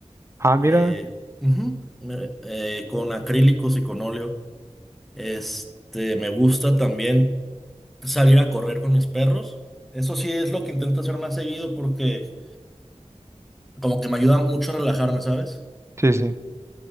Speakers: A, on the right (about 25°); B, in the centre.
A: Ah, mira,
B: eh, ujú, me- eh, con acrílicos y con óleo. Este, me gusta también salir a correr con mis perros. Eso sí es lo que intento hacer más seguido porque como que me ayuda mucho a relajarme, ¿sabes?
A: sí, sí.